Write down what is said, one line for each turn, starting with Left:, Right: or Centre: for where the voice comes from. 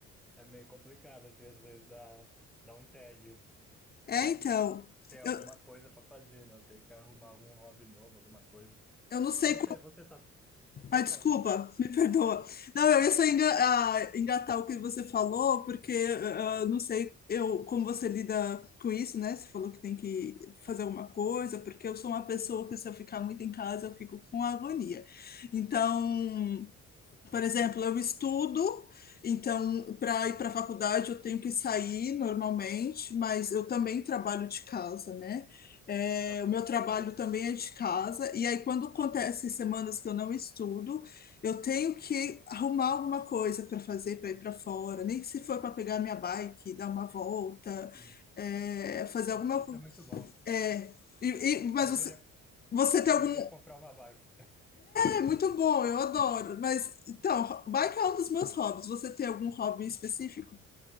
Centre: é meio complicado, assim, às vezes dá, dá um tédio.
Left: É,
Centre: Tem
Left: então.
Centre: que ter alguma
Left: Eu,
Centre: coisa para fazer, né? Eu tenho que arrumar algum hobby novo, alguma coisa.
Left: eu não sei
Centre: E você, você tá. Pode
Left: Ah, desculpa,
Centre: falar, pode falar.
Left: <laughs> me perdoa. Não, eu ia só enga- ah, engatar o que você falou, porque ah, ah, não sei eu como você lida com isso, né? Você falou que tem que fazer alguma coisa, porque eu sou uma pessoa que se eu ficar muito em casa, eu fico com agonia. Então, por
Centre: Sim,
Left: exemplo, eu estudo, então para ir para a faculdade eu tenho que sair normalmente, mas eu também trabalho de casa, né? É,
Centre: ah,
Left: o meu trabalho também é de casa, e aí quando acontece semanas que eu não estudo, eu tenho que arrumar alguma coisa para fazer para ir para fora, nem que se for para pegar minha bike, dar uma volta,
Centre: sim.
Left: é, fazer
Centre: Nossa,
Left: alguma
Centre: isso
Left: coisa.
Centre: é muito bom.
Left: É,
Centre: É.
Left: e, e- mas
Centre: Eu deveria,
Left: você, você tem
Centre: deveria
Left: algum
Centre: comprar uma bike.
Left: é muito bom, eu adoro. Mas então, bike é um dos meus hobbies. Você tem algum hobby específico?